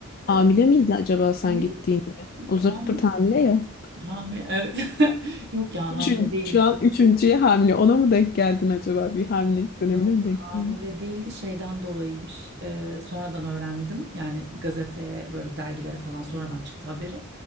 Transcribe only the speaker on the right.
Ee,
yok,
ham,
Hami, evet. <laughs> Yok ya
Hamdi değilmiş.
Yok
hamile
değildi şeyden dolayıymış. Ee, sonradan öğrendim. Yani gazeteye böyle dergilere falan sonradan çıktı haberi.